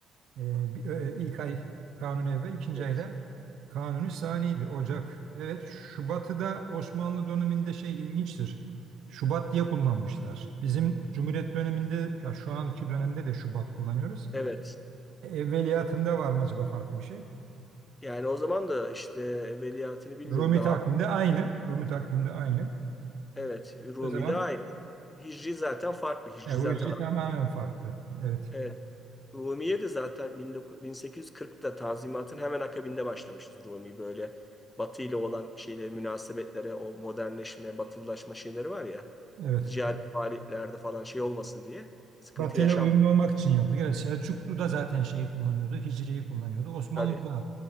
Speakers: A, on the right; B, on the left.
A: Eee, bir- e, ilk ay Kanuni Evvel, ikinci
B: evet.
A: ayda Kanuni Sani'ydi Ocak. Evet Şubat'ı da Osmanlı döneminde şey ilginçtir. Şubat diye kullanmışlar. Bizim Cumhuriyet döneminde ya şu anki dönemde de Şubat kullanıyoruz.
B: Evet.
A: Evveliyatında var mı acaba farklı bir şey?
B: Yani o zaman da işte evveliyatını bilmiyorum
A: Rumi
B: daha.
A: takvimde aynı. Rumi takvimde aynı.
B: Evet Rumi
A: O zaman
B: de aynı. Hicri zaten farklı. Hicri
A: Ya
B: zaten
A: bu yüzden tamamen farklı. Evet.
B: evet. Rumiye de zaten 19- 1840'ta Tanzimat'ın hemen akabinde başlamışız Rumi böyle Batı ile olan şeyleri, münasebetlere, o modernleşme, batılılaşma şeyleri var ya
A: Evet.
B: ticari Evet. faaliyetlerde falan şey olmasın diye sıkıntı
A: Batı'yla
B: yaşam
A: uyumlu olmak için yaptık. Evet, Selçuklu da zaten şeyi kullanıyordu. Hicri'yi kullanıyordu. Osmanlı
B: tabii.
A: da